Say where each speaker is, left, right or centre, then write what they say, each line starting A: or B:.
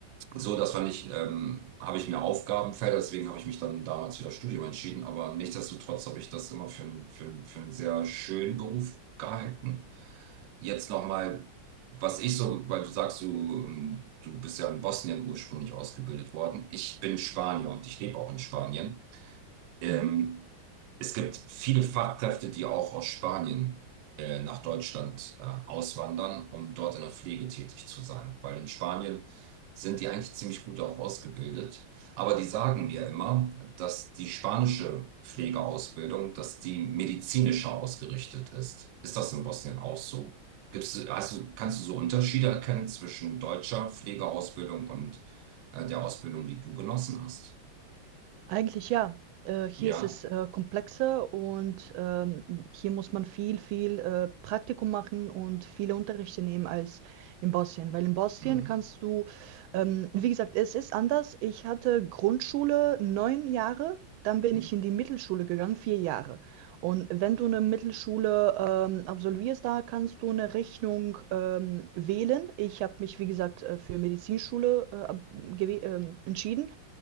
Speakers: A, on the right; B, on the right.
A: so, dass wir nicht, ähm, habe ich mir Aufgabenfelder, deswegen habe ich mich dann damals für das Studium entschieden, aber nichtsdestotrotz habe ich das immer für, einen- für, einen- für einen sehr schönen Beruf gehalten. Jetzt nochmal, was ich so, weil du sagst, du, ähm, du bist ja in Bosnien ursprünglich ausgebildet worden. Ich bin Spanier und ich lebe auch in Spanien. Ähm,
B: Mhm.
A: es gibt viele Fachkräfte, die auch aus Spanien äh, nach Deutschland äh, auswandern, um dort in der Pflege tätig zu sein, weil in Spanien sind die eigentlich ziemlich gut auch ausgebildet. Aber die sagen mir immer, dass die spanische Pflegeausbildung, dass die medizinischer ausgerichtet ist. Ist das in Bosnien auch so? Gibt's, also kannst du so Unterschiede erkennen zwischen deutscher Pflegeausbildung und äh, der Ausbildung, die du genossen hast?
B: Eigentlich ja. Äh, hier
A: Ja.
B: ist es äh, komplexer und ähm, hier muss man viel, viel äh, Praktikum machen und viele Unterrichte nehmen als in Bosnien. Weil in Bosnien
A: Mhm.
B: kannst du, ähm, wie gesagt, es ist anders. Ich hatte Grundschule neun Jahre, dann bin
A: Mhm.
B: ich in die Mittelschule gegangen, vier Jahre. Und wenn du eine Mittelschule ähm, absolvierst, da kannst du eine Richtung ähm, wählen. Ich habe mich, wie gesagt, äh, für Medizinschule äh, ab- gewäh- ähm, entschieden.